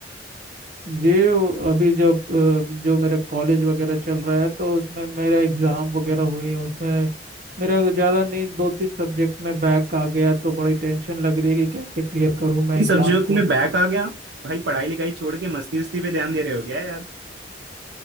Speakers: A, on the right; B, on the right.
A: ये अभी जब अ, जो मेरा कॉलेज वगैरह चल रहा है तो उसमें मेरा एग्जाम वगैरह हुई है उसमें मेरा ज़्यादा नहीं दो तीन सब्जेक्ट में बैक आ गया तो बड़ी टेंशन लग रही है कि कैसे क्लियर करूं मैं
B: इस
A: एग्जाम
B: सब्जेक्ट
A: को
B: में बैक आ गया भाई पढ़ाई लिखाई छोड़ के मस्ती उस्ती पे ध्यान दे रहे हो क्या यार